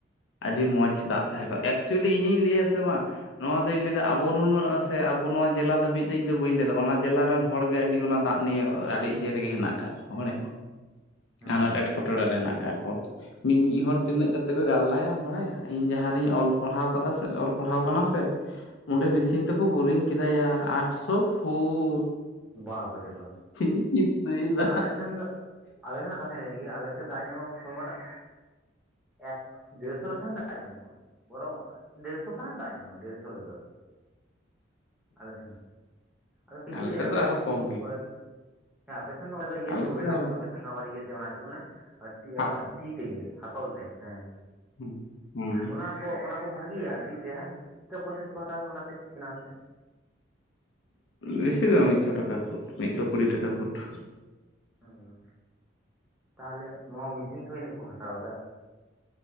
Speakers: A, on the left; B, in the centre.
A: ᱟᱹᱰᱤ ᱢᱚᱸᱡᱽ ᱫᱟᱜ ᱛᱟᱦᱮᱸ ᱠᱚᱜᱼᱟ ᱮᱠᱪᱩᱭᱮᱞᱤ ᱤᱧᱤᱧ ᱞᱟᱹᱭᱟ ᱥᱮ ᱵᱟᱝ ᱱᱚᱣᱟ ᱫᱚᱧ ᱞᱟᱹᱭᱫᱟ ᱟᱵᱚ ᱱᱩᱱᱟᱹᱜ ᱥᱮ ᱟᱵᱚ ᱱᱚᱣᱟ ᱡᱮᱞᱟ ᱫᱷᱟᱹᱵᱤᱡ ᱫᱚ ᱤᱧ ᱫᱚ ᱵᱟᱹᱧ ᱞᱟᱹᱭᱫᱟ ᱚᱱᱟ ᱡᱮᱞᱟ ᱨᱮᱱ ᱦᱚᱲ ᱜᱮ ᱟᱹᱰᱤ ᱚᱱᱟ ᱫᱟᱜ ᱱᱤᱭᱮ ᱟᱹᱰᱤ ᱤᱭᱟᱹ ᱨᱮᱜᱮ ᱦᱮᱱᱟᱜ ᱟᱠᱟᱫ ᱠᱚᱣᱟ ᱵᱟᱲᱟᱭᱟᱢ?
B: ᱦᱮᱸ
A: ᱟᱱᱟᱴ ᱮᱴᱠᱮᱴᱚᱸᱬᱮ ᱨᱮ ᱦᱮᱱᱟᱜ ᱠᱟᱜ ᱠᱚᱣᱟ ᱢᱤᱫ ᱢᱤᱫ ᱦᱚᱲ ᱛᱤᱱᱟᱹᱜ ᱠᱟᱛᱮ ᱠᱚ ᱜᱟᱞᱞᱟᱭᱟ ᱵᱟᱲᱟᱭᱟ ᱤᱧ ᱡᱟᱦᱟᱸ ᱨᱤᱧ ᱚᱞ ᱯᱟᱲᱦᱟᱣ ᱠᱟᱫᱟ ᱥᱮ ᱚᱞᱼᱼ ᱯᱟᱲᱦᱟᱣ ᱟᱠᱟᱱᱟ ᱥᱮ
B: ᱦᱮᱸ
A: ᱚᱸᱰᱮ ᱢᱮᱥᱤᱱ ᱛᱮ ᱠᱚ ᱵᱳᱨᱤᱝ ᱠᱮᱫᱟᱭᱟ ᱟᱴᱥᱚ ᱯᱷᱩᱴ ᱾
B: ᱵᱟᱯ ᱨᱮ ᱵᱟᱵᱼᱼ
A: ᱦᱮᱸ <unintelligible>
B: ᱟᱞᱮ ᱥᱮᱱ ᱫᱚᱼᱼ ᱟᱞᱮ ᱥᱮᱱᱟᱜ ᱠᱟᱛᱷᱟ ᱞᱟᱹᱭ ᱞᱮᱜᱮ ᱟᱞᱮ ᱥᱮᱫ ᱫᱟᱜ ᱧᱟᱢᱚᱜᱼᱟ ᱛᱚᱵᱟ ᱫᱟᱜ ᱮᱠ ᱰᱮᱲᱥᱚ ᱞᱮᱠᱷᱟᱱ ᱫᱟᱜᱼᱼ ᱫᱟᱜ ᱧᱟᱢᱚᱜᱼᱟ ᱵᱚᱨᱚᱝ ᱰᱮᱲᱥᱚ ᱠᱷᱚᱱᱟᱜ ᱫᱟᱜ ᱧᱟᱢᱚᱜᱼᱟ ᱰᱮᱲᱥᱚ ᱨᱮ ᱫᱚᱼᱼ ᱟᱞᱮ ᱥᱮᱱ ᱟᱫᱚ ᱠᱤᱪᱷᱩ
A: ᱟᱞᱮ
B: ᱡᱟᱭᱜᱟ
A: ᱥᱮᱫ
B: ᱨᱮ ᱫᱚ
A: ᱟᱨᱦᱚᱸ
B: ᱫᱩᱥᱚ
A: ᱠᱚᱢ
B: ᱯᱷᱩᱴ
A: ᱜᱮ
B: ᱠᱚ ᱨᱮ ᱟᱨ ᱟᱯᱮ ᱥᱮᱼᱼ ᱤᱭᱟᱹ
A: ᱟᱞᱮ
B: ᱛᱮ ᱠᱚ
A: ᱥᱮᱫ
B: ᱵᱮᱱᱟᱣᱟ
A: ᱫᱚ ᱟᱨᱦᱚᱸ
B: ᱛᱚ
A: ᱠᱚᱢ
B: ᱟᱯᱮ ᱥᱮᱱ ᱫᱚ ᱟᱵᱟᱨ ᱤᱭᱟᱹ ᱛᱮ ᱚᱱᱟ ᱪᱮᱫ ᱠᱚ ᱢᱮᱱᱟ ᱛᱤ <unintelligible>
A: ᱦᱟᱯ
B: ᱛᱤ ᱛᱮᱜᱮ ᱦᱟᱛᱚᱞ ᱛᱮ ᱦᱮᱸ
A: ᱦᱩᱸ ᱦᱩᱸ
B: ᱚᱱᱟᱼᱼ ᱠᱚ ᱚᱱᱟ ᱠᱚ ᱵᱷᱟᱜᱤᱭᱟ ᱛᱤ ᱛᱮ ᱦᱮᱸ ᱪᱮᱫᱠᱟ ᱯᱚᱭᱥᱟ ᱠᱚ ᱦᱟᱛᱟᱣᱟ ᱚᱱᱟ ᱛᱮ ᱵᱮᱱᱟᱣ ᱛᱮᱼᱼᱼ
A: ᱵᱮᱥᱤ ᱫᱚ ᱵᱟᱝᱼᱟ ᱢᱤᱫᱥᱚ ᱴᱟᱠᱟ ᱯᱷᱩᱴ ᱢᱤᱫᱥᱚ ᱠᱩᱲᱤ ᱴᱟᱠᱟ ᱯᱷᱩᱴ ᱾
B: ᱦᱩᱸ ᱛᱟᱦᱚᱞᱮ ᱱᱚᱣᱟ ᱢᱮᱥᱤᱱ ᱛᱮ ᱦᱚᱸ ᱤᱱᱟᱹᱜ ᱠᱚ ᱦᱟᱛᱟᱣ ᱮᱫᱟ᱾